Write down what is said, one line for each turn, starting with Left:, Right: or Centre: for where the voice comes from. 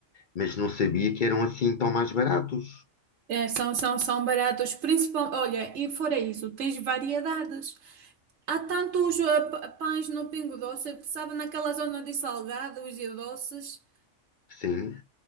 Left: mas não sabia que eram assim tão mais baratos.
Right: É, são, são, são baratos, principal olha, e fora isso, tens variedades. Há tantos eh, p- pães no Pingo Doce, sabe, naquela zona de salgados e doces,
Left: Sim,